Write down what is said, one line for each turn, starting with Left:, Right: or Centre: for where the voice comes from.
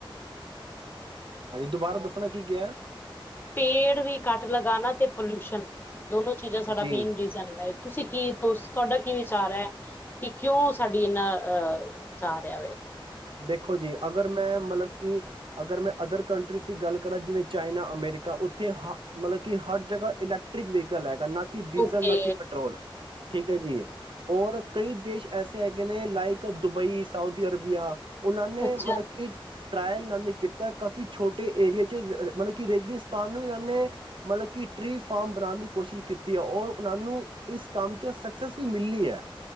Right: ਹਾਂਜੀ ਤੂੰਬਾਰਾ ਦੱਸੋ ਕੀ ਕੀਆ
Left: ਪੇੜ ਵੀ ਘੱਟਲਗਾਣਾ ਤੇ ਪੋਲੂਸ਼ਨ ਦੋਨੋ ਚੀਜ਼ਾਂ ਸਾ
Right: ਜੀ
Left: ਮੇਨ ਰੀਜ਼ਨ ਤੁਸੀਂ ਕੀ ਤੁਹਾਡਾ ਕੀ ਵਿਚਾਰ ਹੈ। ਕਿ ਕਿਉਂ ਸਾਡੀ ਇਹਨਾਂ ਅਹ ਜਾਰਿਹਾ ਵ
Right: ਦੇਖੋ ਜੀ ਅਗਰ ਮੈਂ ਮਤਲਬ ਕਿ ਅਗਰ ਮੈਂ ਅਦਰ ਕੰਟਰੀਜ਼ ਦੀ ਗੱਲ ਕਰਾਂ ਜਿਵੇਂ ਚਾਈਨਾ ਅਮੈਰੀਕਾ ਉੱਥੇ ਕਿ ਹਰ ਜਗ੍ਹਾ ਇਲੈਕਟ੍ਰਿਕ ਵਹੀਕਲ ਹੈ। ਨਾ ਕਿ ਡੀਜ਼ਲ
Left: ਓਕੇ
Right: ਨਾ ਕਿ ਪੈਟਰੋਲ ਠੀਕ ਹੈ। ਜੀ ਔਰ ਕਈ ਦੇਸ਼ ਐਸੇ ਹੈਗੇ ਨੇ ਲਾਈਕ ਦੁਬਈ ਸਾਊਦੀ ਅਰਬੀਆ ਉਹਨਾਂ ਨੇ
Left: ਅੱਛਾ
Right: ਮਤਲਬ ਕਿ ਟਰਾਇਲ ਇਹਨਾਂ ਨੇ ਕੀਤਾ ਕਾਫ਼ੀ ਛੋਟੇ ਏਰੀਏ 'ਚ ਮਤਲਬ ਕਿ ਰੇਗਿਸਤਾਨ ਨੂੰ ਇਹਨਾਂ ਨੇ ਮਤਲਬ ਕਿ ਟਰੀ ਫਾਰਮ ਬਣਾਉਣ ਦੀ ਕੋਸ਼ਿਸ਼ ਕੀਤੀ ਹੈ। ਔਰ ਉਹਨਾਂ ਨੂੰ ਇਸ ਕੰਮ 'ਚ ਸਕਸੈਸ ਵੀ ਮਿਲੀ ਹੈ।